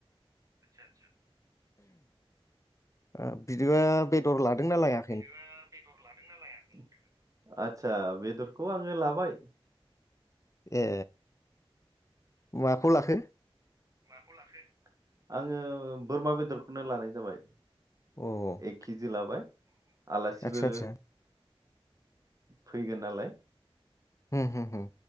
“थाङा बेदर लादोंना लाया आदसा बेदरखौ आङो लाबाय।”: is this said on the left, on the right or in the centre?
Right